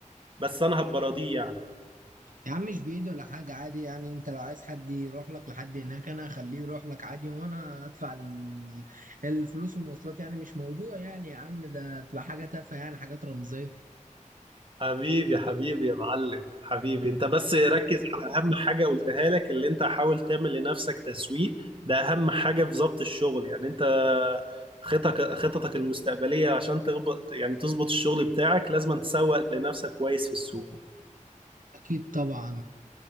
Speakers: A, on the right; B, on the right.
A: بس انا هبقى راضيه يعني
B: يا عم مش بعيد ولا حاجة عادي يعني انت لو عايز حد يروح لك لحد هناك انا اخليه يروح لك عادي وانا ادفع ال- الفلوس والمواصلات يعني مش موضوع يعني يا عم ده بتبقى حاجة تافهة يعني حاجات رمزية
A: حبيبي حبيبي يا معلم حبيبي انت بس ركز على اهم حاجة قلتها لك اللي انت حاول تعمل لنفسك تسويق ده اهم حاجة في ضبط الشغل يعني انت خططك خططك المستقبلية عشان تغبط يعني تظبط الشغل بتاعك لازم تسوق لنفسك كويس في السوق
B: اكيد طبعا